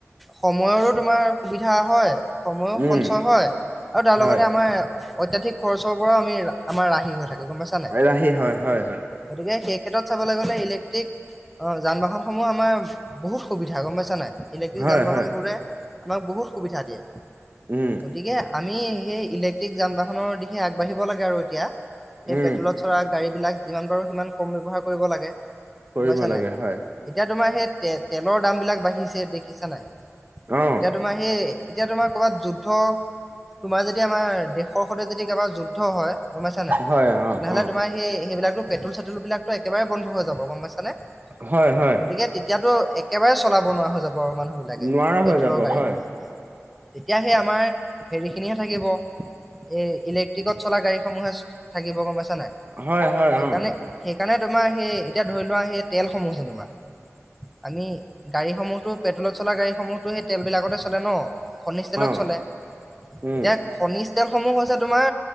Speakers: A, in the centre; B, on the right.
A: সময়ৰো তোমাৰ সুবিধা। হয়, সময়ো
B: উম
A: সঞ্চয় হয়, আৰু তাৰ
B: হয়
A: লগতে আমাৰ অত্যাধিক খৰচৰ পৰাও, আমি আমাৰ ৰাহি হৈ থাকে। গম পাইছা নাই
B: ৰাহি হয়, হয়, হয়।
A: গতিকে সেই ক্ষেত্ৰত চাবলৈ গ'লে ইলেক্ট্ৰিক অ, যান বাহনসমূহ আমাৰ বহুত সুবিধা গম পাইছা নাই? ইলেক্ট্ৰিক
B: হয়
A: যান বাহন
B: হয়
A: বোৰে আমাক বহুত সুবিধা দিয়ে।
B: উম
A: গতিকে আমি সেই ইলেক্ট্ৰিক যান বাহনৰ দিশে আগবাঢ়িব লাগে আৰু, এতিয়া সেই
B: উম
A: পেট্ৰলত চলা গাড়ী বিলাক যিমান পাৰোঁ সিমান কম ব্যৱহাৰ কৰিব লাগে,
B: কৰিব
A: গম পাইছা
B: লাগে
A: নাই?
B: হয়
A: এতিয়া তোমাৰ সেই তে-তেলৰ দাম বিলাক বাঢ়িছে দেখিছা নাই?
B: অ
A: এতিয়া তোমাৰ সেই এতিয়া তোমাৰ কৰ'ৰবাত যুদ্ধ, তোমাৰ যদি আমাৰ দেশৰ সৈতে যদি কাৰবাৰ যুদ্ধ হয়- গম পাইছা নাই?
B: হয় অ
A: তেনেহ'লে
B: অ
A: তোমাৰ সেই সেইবিলাকো পেট্ৰল চেট্ৰল বিলাকতো একেবাৰে বন্ধ হৈ যাব। যাব, গম পাইছা নে?
B: হয় হয়
A: গতিকে তেতিয়াতো একেবাৰে চলাব নোৱাৰা হৈ যাব। মানুহ বিলাকে,
B: নোৱাৰা
A: পেট্ৰলৰ
B: হৈ যাব
A: গাড়ীসমূহ,
B: হয়
A: তেতিয়া সেই আমাৰ হেৰি খিনিহে থাকিব, এই ইলেক্ট্ৰিকত চলা গাড়ী সমসমূহে থাকিব, গম পাইছা ছা নাই?
B: হয় হয়
A: সেইকাৰণে-সেইকাৰণে
B: অ
A: তোমাৰ সেই এতিয়া ধৰি লোৱা সেই তেলসমূহ যেনিবা আমি গাড়ীসমূহতো পেট্ৰলত চলা গাড়ীসমূহতো সেই তেল বিলাকতে চলে ন', খনিজ তেলত
B: অ
A: চ লে।
B: উম
A: এতিয়া খনিজ তেলসমূহ হৈছে তোমাৰ